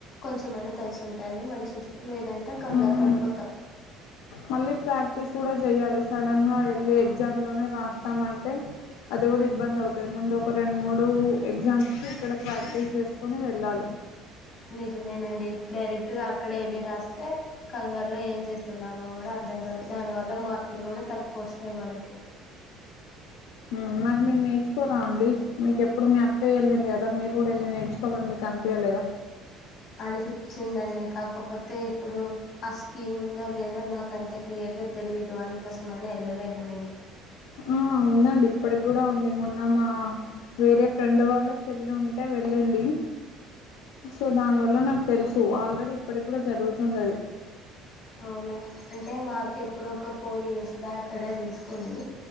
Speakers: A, on the left (about 35°); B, on the left (about 85°).
A: కొంచెమైనా తెలిసి ఉంటేనె మంచిది లేదంటే కంగారు
B: ఊను
A: పడిపోతాం
B: మళ్ళీ ప్రాక్టీస్ గుడా జేయాలి సడన్ గా వెళ్ళి ఎగ్జామ్ లోనే రాస్తామంటే అది గూడా ఇబ్బంది అవుతది ముందు ఒక రెండు మూడు ఎగ్జామ్స్ కి ఇక్కడ ప్రాక్టీస్ చేసుకొని వెళ్ళాలి
A: నిజమేనండి డైరెక్ట్ గా అక్కడె ఎళ్ళి రాస్ త్తే కంగారులో ఏం చేస్తున్నామో గూడా అర్దం కాదు దాని వల్ల మార్కులు కూడా తక్కువ వస్తాయి మనకి
B: ఉ మరి మీరు నేర్చుకోరా అండి మీకు ఎప్పుడు మీ అక్క ఎళ్ళింది కదా మీరు గూడా ఎళ్ళి నేర్చుకోవాలని మీకు అనిపియ్యలేద
A: అనిపిచ్చిందండి కాకపోతే ఇప్పుడు ఆ స్కీమ్ ఉందో లేదో నాకు అంత క్లియర్ గా తెలీదు అందు కోసమనె వెళ్ళలేదు నేను
B: ఆ ఉందండి ఇప్పటికి గూడా ఉంది మొన్న మా వేరే ఫ్రెండ్ వాళ్ళ చెల్లి ఉం ఉంటే వెళ్ళింది సో దానివల్ల నాకు తెలుసు ఆల్రెడీ ఇప్పటికి కూడా జరుగుతుంది అది
A: అవునా అంటే మా అక్క ఎప్పుడో ఒక ఫోర్ ఇయర్స్ బ్యాక్ అలా దీసుకుంది